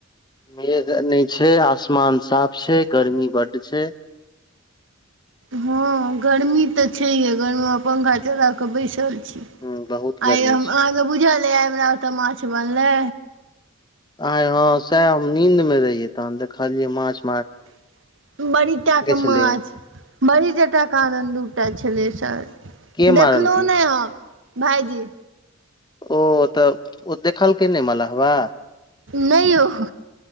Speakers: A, on the left; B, on the right.
A: मेघ नै छै, आसमान साफ छै, गर्मी बड्ड छै।
B: हँ गर्मी तऽ छैहे, गरमीमे पंखा चला कऽ बैसल छी।
A: ह
B: <inaudible>
A: बहुत गर्मी
B: एं यै हम
A: छै
B: अहाँके बुझल यै आ हमरा ओत मांछ बनलै?
A: एं हं सैह हम नींद मे रहियै, तहन देखलियै मांछ।
B: <inaudible> बड़ीटाके माछ
A: छलै
B: बड़ी टटा कहांदन दूटा छलै शायद,
A: के
B: देखलौं
A: मारलकै
B: नै हम। भाइजी
A: ओ तऽ ओ देखलकै नै मलहबा?
B: नै यौ। <inaudible>